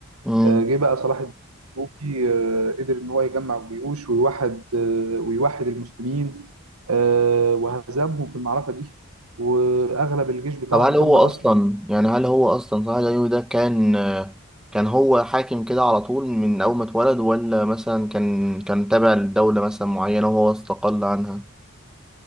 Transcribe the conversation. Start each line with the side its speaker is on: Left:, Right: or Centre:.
Centre: مم.
Right: آه، جه بقى صلاح الدين الايوبي آه، قدر ان هو يجمع الجيوش ويوحد آه، ويوحد المسلمين آه، وهزمهم في المعركه دي واغلب الجيش بتاعهم
Centre: طب هل هو
Right: تم اسره
Centre: أصلا يعني هل هو أصلا صلاح الدين الأيوبي ده كان آه، كان هو حاكم كده على طول من أول ما اتولد ولا مثلا كان كان تابع لدولة مثلا معينة وهو استقل عنها؟